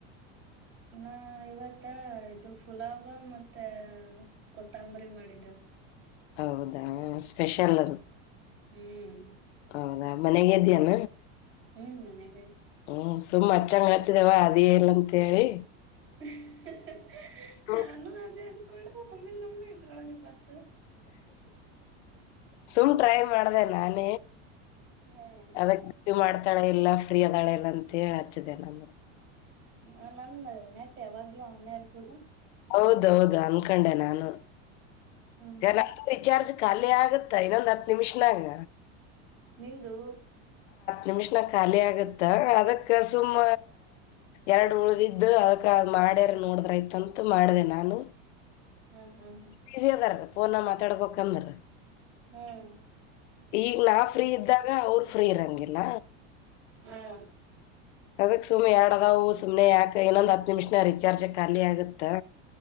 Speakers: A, on the right; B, on the left.
A: ನಾ ಇವತ್ತ ಇದು ಪುಲಾವ ಮತ್ತೆ ಕೊಸಂಬರಿ ಮಾಡಿದ್ದೆವು
B: ಹೌದಾ ಸ್ಪೆಷಲ್ ಅದು
A: ಹ್ಮ್
B: ಹೌದಾ ಮನೆಗೆ ಇದ್ಯಾನ
A: ಹ್ಮ್ ನನಗೆ
B: ಹ್ಮ ಸುಮ್ಮ್ ಹಚ್ಚಂಗ ಹಚ್ಚಿದವ ಅದ ಲ್ಲ ಅಂತೇಳಿ
A: ಹ
B: ಸುಮ್
A: ನಾನು ಅದೇ ಅಂತ ಹಕೊಂಡು ಒಮ್ಮದ ನಮ್ಮಿ ಇದ್ರೊಳಗೆ ಬಂತು
B: ಸುಮಟ್ರಾಯ ಮಾಡಡದ ನಾನ
A: ಹ್ಮ್
B: ಅದಕ್ಕೆ ಇದು ಮಾಡ್ತಾಳೆ ಇಲ್ಲ ಫ್ರೀ ಅದಾಳೆ ಇಲ್ಲ ಅಂತ ಮ ಹೇಳ ಹಚ್ಚಿದೆ ನಾನು
A: ಹ ನಂದನ್ ಯಾವಾಗ್ಲೂ ಆನರ್ ಕೂಡ
B: ಹೌದೌದ ್ <unintelligible>
A: ಹ್ಮ್
B: ಖಾಲಿ ಆಗುತ್ತಾ ಇನ್ನೊಂದ್ ಹತ್ ನಿಮಿಷನಾಗ
A: ನಿಂದು
B: ನಿಮಿಷ್ನ ಖಾಲಿ ಆಗತ್ತ ಅದಕ್ ಸುಮ್ಮ ಎರಡು ಉಳ್ದಿದ್ದು ಅದಕ್ ಅ ಮಾಡ್ಯಾರ ನೋಡಿದ್ರ ಆಐ್ತ ಮಾಡಿದೆ ನಾನು
A: ಹಾ ಹಾ ಹ್ಮ್
B: ಈಸಿಯಂದರ ಫನ ಮಾತಾಡ್ಕಕ್ಂದ್ರ
A: ಹ್ಮ್
B: ಈಗ ನಾ ಫ್ರೀ ಇದ್ದಾಗ ಅವ್ರ ಫ್ರೀ ಇರಂಗಿಲ್ಲ
A: ಹ್ಮ್
B: ಅದಕ್ ಸುಮ್ಮನೆ ಎರಡ ಅದಾವವು ಸು್ನೆ ಯಾಕೆ ಕೈನೊಂದುತ್ತು ನಿಮಷನರಿಚಾರ್ರ್ಜ ಖಾಲಿ ಆಗುತ್ತಾ